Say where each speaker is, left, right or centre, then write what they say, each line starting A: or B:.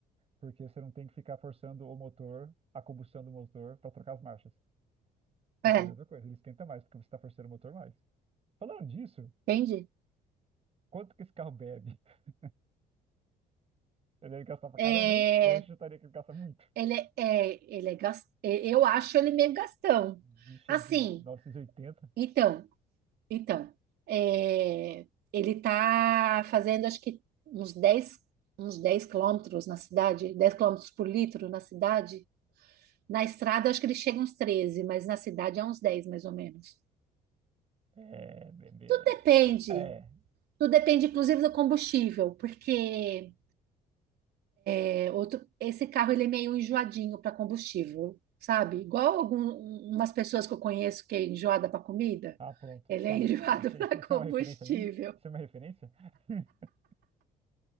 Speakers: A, on the right; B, on the right.
A: porque você não tem que ficar forçando o motor, a combustão do motor para trocar as marchas. Então
B: é,
A: é a mesma coisa, ele esquenta mais porque você está forçando o motor mais. Falando disso,
B: Entende?
A: quanto que esse carro bebe? <laughs> Ele deve gastar pra
B: é.
A: caramba, hein? Eu chutaria que ele gasta muito.
B: Ele é, é, ele é gas- e- eu acho ele meio gastão.
A: Bicha
B: Assim,
A: de 1980.
B: então, então, é, ele tá fazendo acho que uns dez uns 10 quilômetros na cidade, 10 quilômetros por litro na cidade. Na estrada acho que ele chega uns treze mas na cidade é uns 10 mais ou menos.
A: É, bebê.
B: Tudo depende,
A: É.
B: tudo depende inclusive do combustível, porque É Outro, esse carro ele é meio enjoadinho para combustível, sabe? Igual algumas pessoas que eu conheço que é enjoada para comida,
A: Ah, pronto.
B: ele
A: Tá,
B: é <laughs> enjoado
A: isso,
B: para
A: isso isso
B: combustível.
A: é uma referência a mim? Isso é uma referência? <laughs>